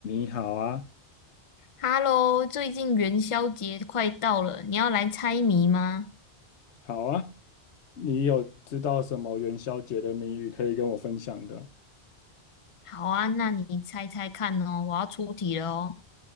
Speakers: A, on the left; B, on the left.
A: 你好啊，
B: Hello，最近元宵节快到了，你要来猜谜吗？
A: 好啊，你有知道什么元宵节的谜语可以跟我分享的？
B: 好啊，那你猜猜看哦，我要出题了哦。